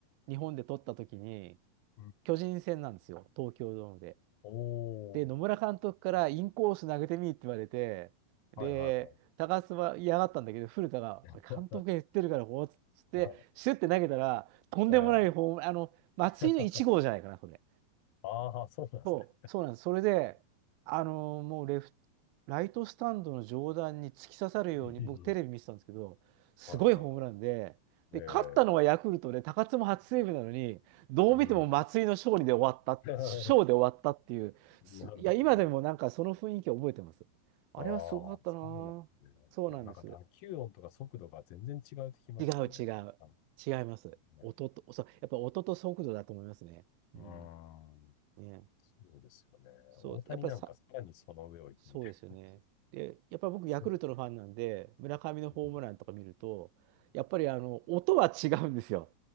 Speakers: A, on the right; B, on the left.
A: 日本で取った時に、
B: ん。
A: 巨人戦なんですよ。東京ドームで。
B: おー。
A: で、野村監督からインコース投げてみって言われて、で、
B: はいはいはい。
A: 高須は嫌がったんだけど、古田が、
B: <laughs>
A: 監督が言ってるから、こうっつって、
B: まあ、
A: シュッて投げたら、とんでもないホーム、
B: ええ
A: あの、松井の1号じゃないかな、
B: <laughs>
A: これ。
B: ああ、そうなんですね。
A: そう、そうなんです。それで、あのーもうレフ、ライトスタンドの上段に突き刺さるように、
B: うん。
A: 僕テレビ見てたんですけど、すごいホームランで、
B: はいは
A: で、
B: いはい。
A: 勝ったのはヤクルトで、
B: ええ
A: 高津も初セーブなのに、どう見ても松井の勝利で終わった、
B: うん。<laughs>
A: 勝で終わったっていう、すいや、
B: なるほど
A: 今でもなんかその雰囲気を覚えてます。あれはすごかったなぁ。
B: なああ、そうなんですね。
A: そうなんです。
B: いや、なんか打球音とか速度が全然違うってきますよね。
A: 違う違う。
B: なんか
A: 違います。
B: ね。
A: 音と、そう、やっぱ音と速度だと思いますね。うん。
B: うん。
A: ね。
B: そうですよね。
A: そう、
B: 大谷なんかさらにその上を行くみたいな。
A: やっぱりさ、そうですよね。
B: <laughs>
A: で、やっぱり僕、
B: そうです
A: ヤクルトのファンなんで、村上のホームランとか見ると、
B: ね。
A: やっぱりあの音は違うんですよ。